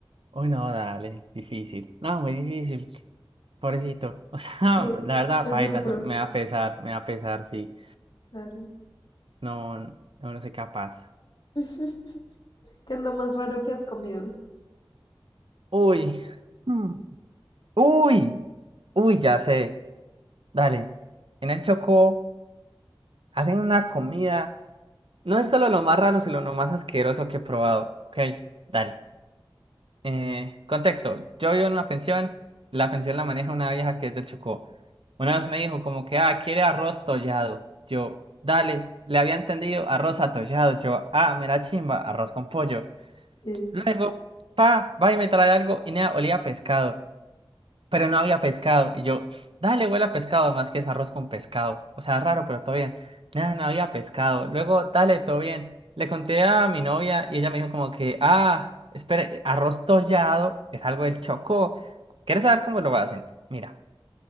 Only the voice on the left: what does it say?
Sí,
yo
sufro,
claro.
<laughs> ¿Qué es lo más raro que has comido?
Sí,